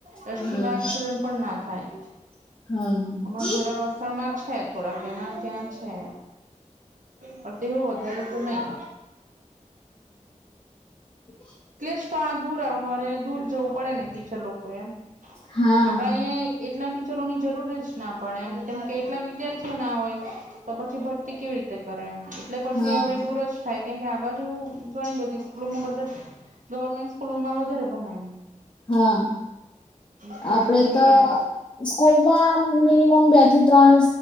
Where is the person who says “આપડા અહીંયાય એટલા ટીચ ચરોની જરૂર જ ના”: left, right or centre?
Right